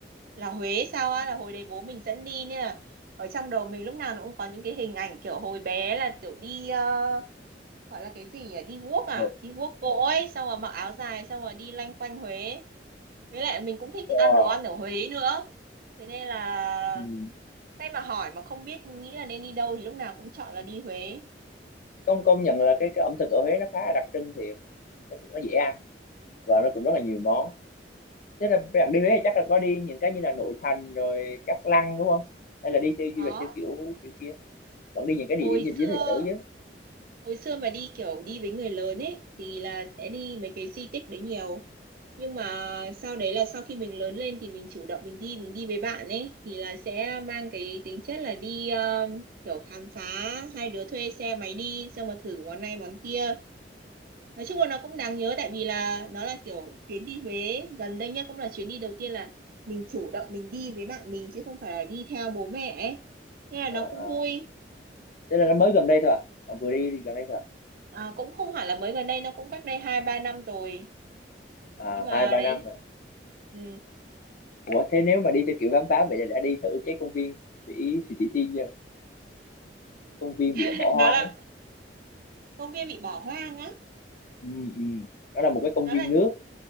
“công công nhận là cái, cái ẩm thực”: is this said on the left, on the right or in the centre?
Left